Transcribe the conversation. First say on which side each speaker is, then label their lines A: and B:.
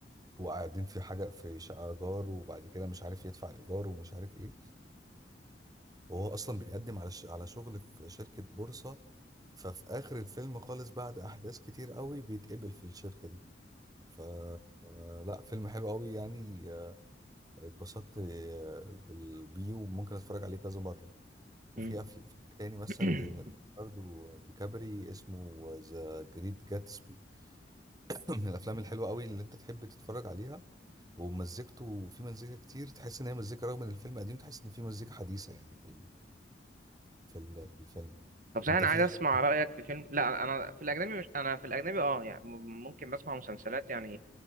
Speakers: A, on the right; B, on the right.
A: وقاعدين في حاجه في شقه ايجار وبعد كده مش عارف يدفع الايجار ومش عارف ايه وهو اصلا بيقدم على ش... على شغل في شركه بورصه ففي اخر الفيلم خالص بعد احداث كتير قوي بيتقبل في الشركه دي ف آه، لا فيلم حلو قوي يعني آه، اتبسطت آه، بال- بيه وممكن اتفرج عليه كذا مره وفي
B: امم
A: أف- فيلم تاني مثلا
B: <clears throat>
A: ليوناردو دي كابري اسمه ذا جريت جاتسبي <clears throat> من الافلام الحلوه قوي اللي انت تحب تتفرج عليها ومزيكته في مزيكا كتير تحس ان هي مزيكا رغم ان الفيلم قديم تحس ان في مزيكا حديثه يعني في ال- في ال- في الفيلم
B: طب صحيح
A: انت
B: انا
A: في
B: عايز اسمع
A: حاجه
B: رايك في فيلم لا انا في الاجنبي مش انا في الاجنبي اه يعني م- ممكن بسمع مسلسلات يعني